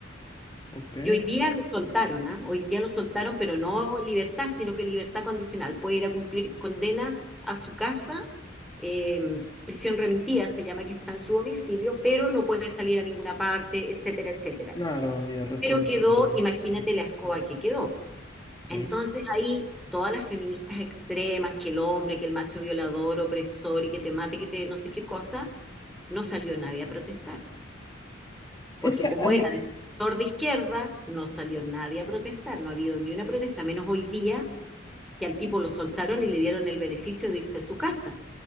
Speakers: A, on the left (about 20°); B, in the centre.
A: Ok,
B: Y hoy día lo soltaron, ¿ah? Hoy día lo soltaron, pero no libertad, sino que libertad condicional. Puede ir a cumplir condena a su casa, eh, prisión remitida se llama, que está en su domicilio, pero no puede salir a ninguna parte, etcétera, etcétera.
A: claro, hay arresto
B: Pero
A: domiciliario.
B: quedó, imagínate
A: Ajá,
B: la escoba que quedó.
A: Sí.
B: Entonces ahí todas las feministas extremas, que el hombre, que el macho violador, opresor y que te mate, que te no sé qué cosa, no salió nadie a protestar. Porque
A: Es que
B: como
A: hay.
B: era del sector de izquierda, no salió nadie a protestar, no ha habido ni una protesta, menos hoy día que al tipo lo soltaron y le dieron el beneficio de irse a su casa.